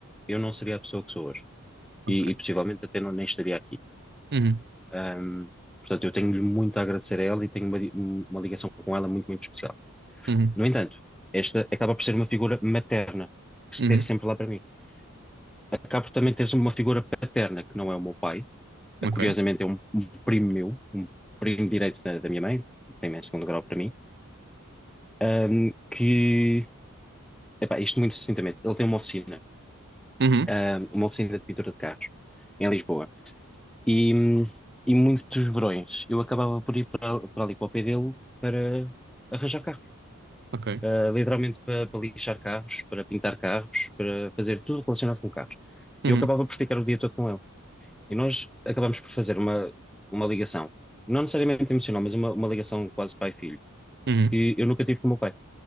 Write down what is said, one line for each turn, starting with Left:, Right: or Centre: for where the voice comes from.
Centre: eu não seria a pessoa que sou hoje.
Right: ok.
Centre: E, e possivelmente até não, nem estaria aqui.
Right: Uhum,
Centre: Ahm, portanto, eu tenho-lhe muito a agradecer a ela e tenho uma, di- um, uma ligação com ela muito, muito especial.
Right: uhum,
Centre: No entanto, esta acaba por ser uma figura materna, que esteve
Right: uhum,
Centre: sempre lá para mim. Acabo por também teres uma figura paterna, que não é o meu pai. Ah,
Right: ok.
Centre: Curiosamente, é um, um primo meu, um primo direito da, da minha mãe, primo em segundo grau para mim, ahm, que, epá, isto muito sucintamente, ele tem uma oficina.
Right: Uhum,
Centre: ah, uma oficina de pintura de carros em Lisboa. E, hum, e muitos verões eu acabava por ir para, para ali para o pé dele para arranjar carros.
Right: ok.
Centre: Ah, literalmente para, para lixar carros, para pintar carros, para fazer tudo relacionado com carros.
Right: Uhum,
Centre: E eu acabava por ficar o dia todo com ele. E nós acabamos por fazer uma, uma ligação, não necessariamente emocional, mas uma, uma ligação quase pai-filho,
Right: uhum,
Centre: que eu nunca tive com o meu pai.